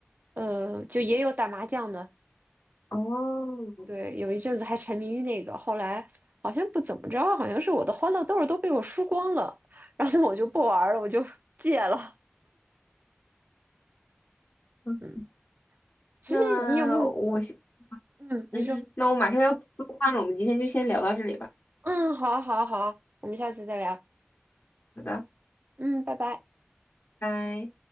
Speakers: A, on the right (about 45°); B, on the left (about 50°).
A: 呃，就也有打麻将的。
B: 哦，
A: 对，有一阵子还沉迷于那个，后来好像不怎么着，好像是我的欢乐豆儿都被我输光了，然后我就不玩儿了，我就 <laughs> 戒了。
B: 嗯
A: 嗯，其实你有没有？
B: 那我先
A: 嗯，嗯你说，
B: 嗯哼，那我马上要做饭了，我们今天就先聊到这里吧。
A: 嗯，好啊好啊好啊我们下次再聊。
B: 好的，
A: 嗯，拜拜。
B: 拜。